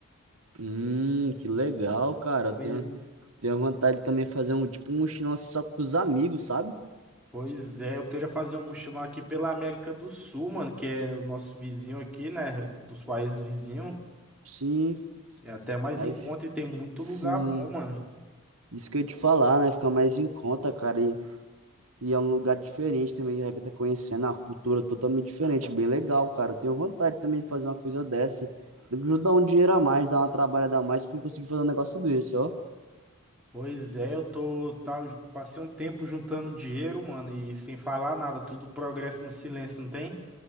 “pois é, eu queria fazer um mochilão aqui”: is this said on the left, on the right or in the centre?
Centre